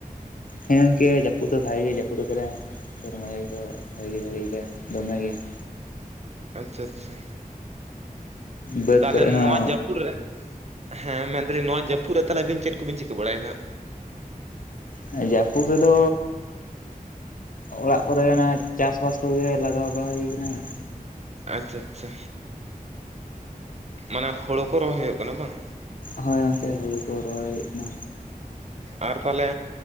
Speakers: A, on the left; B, on the right.
A: ᱦᱮᱸ ᱜᱚᱝᱠᱮ ᱡᱟᱹᱯᱩᱫ ᱫᱚ ᱵᱷᱟᱜᱤ ᱜᱮ ᱡᱟᱹᱯᱩᱫ ᱟᱠᱟᱫᱟᱭ ᱥᱮᱨᱢᱟ ᱡᱟᱹᱲᱤ ᱠᱚ ᱵᱷᱟᱜᱮ ᱜᱮ ᱦᱩᱭ ᱟᱠᱟᱱᱟ ᱫᱚᱢᱮ ᱜᱮ ᱾
B: ᱟᱪᱪᱷᱟ ᱟᱪᱪᱷᱟ᱾
A: ᱵᱟᱹᱫᱽ
B: ᱛᱟᱦᱚᱞᱮ
A: ᱠᱚᱨᱮ
B: ᱱᱚᱣᱟ
A: ᱦᱚᱸ
B: ᱡᱟᱹᱯᱩᱫ ᱨᱮ ᱦᱮᱸ ᱢᱮᱱᱫᱟᱞᱤᱧ ᱱᱚᱣᱟ ᱡᱟᱹᱯᱩᱫ ᱨᱮ ᱛᱟᱦᱞᱮ ᱟᱹᱵᱤᱱ ᱪᱮᱫ ᱠᱚ ᱵᱤᱱ ᱪᱤᱠᱟᱹ ᱵᱟᱲᱟᱭᱮᱫᱟ?
A: ᱦᱮᱸ ᱡᱟᱹᱯᱩᱫ ᱨᱮᱫᱚ ᱚᱲᱟᱜ ᱠᱚᱨᱮ ᱚᱱᱟ ᱪᱟᱥ ᱵᱟᱥ ᱠᱚᱜᱮ ᱞᱟᱜᱟᱣ ᱵᱟᱲᱟ ᱦᱩᱭ ᱠᱟᱱᱟ ᱾
B: ᱟᱪᱪᱷᱟ ᱟᱪᱪᱷᱟ᱾ ᱢᱟᱱᱮ ᱦᱳᱲᱳ ᱠᱚ ᱨᱚᱦᱚᱭ ᱦᱩᱭᱩᱜ ᱠᱟᱱᱟ ᱵᱟᱝ?
A: ᱦᱳᱭ ᱜᱚᱝᱠᱮ ᱦᱩᱲᱩ ᱠᱚ ᱨᱚᱦᱚᱭ ᱦᱩᱭᱩᱜ ᱠᱟᱱᱟ᱾
B: ᱟᱨ ᱛᱟᱦᱚᱞᱮ